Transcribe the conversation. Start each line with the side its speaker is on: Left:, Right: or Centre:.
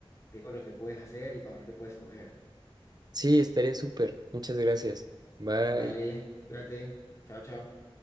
Left: de todo lo que puedes hacer y para dónde puedes coger.
Right: Sí, estaría súper. Muchas gracias. Bye.
Left: Vale, cuídate. Chao, chao.